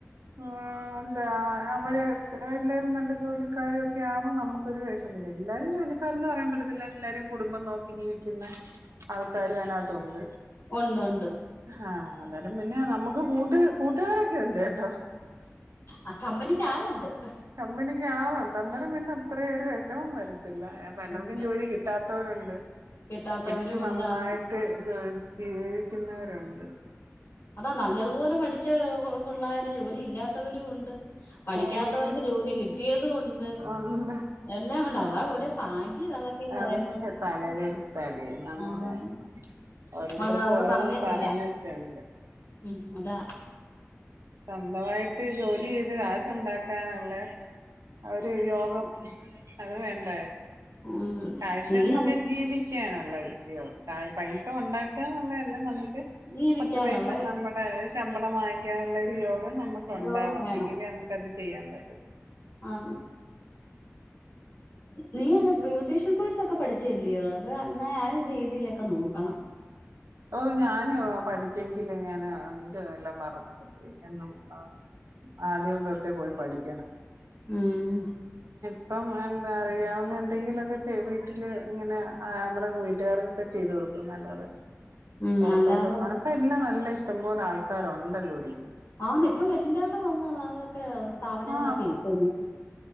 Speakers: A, on the right; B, on the left.
A: ആ എന്താ അവർ എല്ലാവരും നല്ല ജോലിക്കാരും ഒക്കെ ആമ്പോൾ നമുക്കൊരു വെഷമം ഇല്ലേ എല്ലാരും ജോലിക്കാരന്ന് പറയാൻ പറ്റത്തില്ല എല്ലാരും കുടുംബം നോക്കി ജീവിക്കുന്ന ആൾക്കാരും അതിനകത്തുണ്ട്
B: ഉണ്ട് ഉണ്ട്
A: ആ അതാലും പിന്നെ നമുക്ക് കൂട്ട് കൂട്ടുകാര കേട്ടോ
B: ആ കമ്പനിക്ക് ആളുണ്ട്
A: കമ്പനിക്ക് ആളുണ്ട് അത്രേം അന്നേം പിന്നെ വിഷമം വരത്തില്ല അപ്പൊ പലർക്കും
B: പിന്നെ
A: ജോലി കിട്ടാത്തവരുണ്ട്
B: കിട്ടാത്തവരും
A: പറ്റി നന്നായിട്ട്
B: ഉണ്ടാന്ന്.
A: ജോലി ജീവിക്കുന്നവരുണ്ട്
B: അതാ നല്ലതുപോലെ പഠിച്ച പിള്ളേർ ജോലി ഇല്ലാത്തവരും ഉണ്ട് പഠിക്കാത്തവർക്ക്
A: ഉള്ളവര്
B: ജോലി കിട്ടിയതും ഉണ്ട്
A: ഉണ്ട്
B: എല്ലാം ഉണ്ട് അതാ ഒരു- ഭാഗ്യം അതൊക്കെന്ന്
A: അതൊക്കെ
B: പറയുന്നത്.
A: തലേൽ എഴുത്താടി നമ്മുടെ
B: ആഹ്
A: ഓരോരുത്തർക്കും
B: മകൾ അതൊന്നും
A: ഓരോന്നും
B: പറഞ്ഞിട്ടില്ല.
A: പറഞ്ഞിട്ടുണ്ട്
B: ഉം അതാ
A: സ്വന്തമായിട്ട് ജോലി ചെയ്ത് കാശ് ഉണ്ടാക്കാനല്ലേ ആ ഒരു യോഗം അത് വേണ്ട
B: ഉം
A: കാശന്ന്
B: നീ അന-
A: വെച്ചാൽ ജീവിക്ക ക്കാനുള്ളത് പൈസ ഉണ്ടാക്കുക എന്നുള്ളതല്ല നമുക്ക്
B: ജീവിക്കാനുള്ള
A: പത്ത് പൈസ നമ്മുടെ ശമ്പളം വാങ്ങിക്കാനുള്ള ഒരു യോഗം നമുക്ക് ഉണ്ടാവണം
B: യോഗം വേണം.
A: എങ്കില് നമുക്ക്ത് ചെയ്യാൻ പറ്റത്ത
B: ആഹ് നീ അനെ ബ്യൂട്ടീഷൻ കോഴ്സ് ഒക്കെ പഠിച്ചല്ലയോ അത് അങ്ങനെ ആ രീതിയിലൊക്കെ നോക്കണം
A: ഓ ഞാന് പഠിച്ചെങ്കില് ഞാന് എനിക്ക് എല്ലാം മറന്നൊക്കെ പോയി ന്ന് ആ ആദ്യം തൊട്ടേ പോയി പഠിക്കാന
B: ഉം
A: ഇപ്പം എന്താ അറിയാവുന്ന എന്തെങ്കിലുംക്കെ വീട്ടില് ഇങ്ങനെ നമ്മടെ വീട്ടുകാർക്കൊക്കെ ചെയ്തു നല്ലാതെ
B: ഉം
A: പുറത്തോട്ട്ന്ന
B: അല്ലാതെ
A: ഇപ്പ എല്ലാം നല്ല ഇഷ്ടം പോോലെ ആൾക്കാരുണ്ടല്ലോടി ഇതിന്
B: ആ ഇപ്പ എല്ലാടും വന്ന് അതൊക്കെ സ്ഥാപനങ്ങളൊക്കെ
A: ആ
B: ഇ-